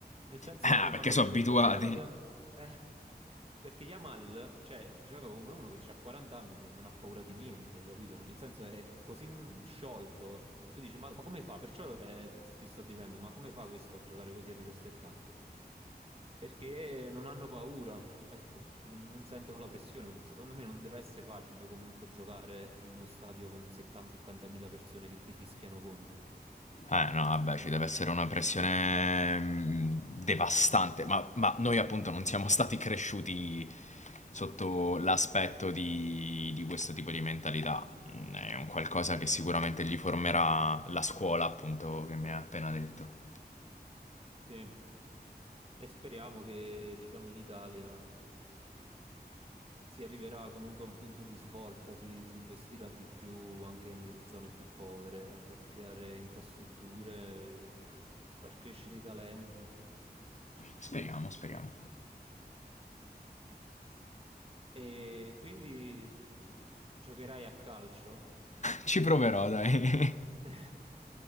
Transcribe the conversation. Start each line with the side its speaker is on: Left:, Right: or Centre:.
Right: Nel senso,
Left: Ah,
Right: lo
Left: perché
Right: fanno
Left: sono
Right: come
Left: abituati.
Right: se fosse la cosa... eh, perché Yamal, cioè, gioca come uno che ha 40 anni che non ha paura di niente, capito? Nel senso, è così sciolto. E tu dici, ma, ma come fa? Perciò eh, ti sto dicendo, ma come fa questo a giocare così a 17 anni? Perché non hanno paura, ecco, n- non sentono la pressione. Secondo me non deve essere facile comunque giocare in uno stadio con 70-80 mila persone che ti fischiano contro.
Left: Eh no, vabbè, ci deve essere una pressione mm, devastante, ma, ma noi appunto non siamo stati cresciuti sotto l'aspetto di, di questo tipo di mentalità. Mm, È un qualcosa che sicuramente gli formerà la scuola, appunto, che mi ha appena detto.
Right: Sì, e speriamo che, diciamo, in Italia si arriverà comunque a un punto di svolta, si, si investirà di più anche nelle zone più povere eh, per creare infrastrutture, far crescere i talenti.
Left: Speriamo, speriamo.
Right: E quindi mh, giocherai a calcio?
Left: Ci proverò,
Right: Prima... o poi-
Left: dai.
Right: <laughs>